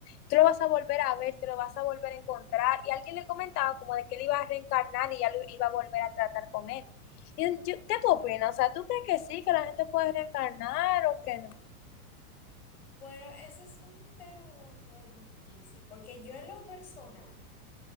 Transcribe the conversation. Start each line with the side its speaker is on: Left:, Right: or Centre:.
Left: tú lo vas a volver a ver, te lo vas a volver a encontrar. Y alguien le comentaba como de que él iba a reencarnar y ya lo iba a volver a tratar con él. Y yo- ¿qué tú opinas? O sea, ¿tú crees que sí, que la gente puede reencarnar o que no?
Centre: Bueno, ese es un tema como que difícil, porque yo en lo personal,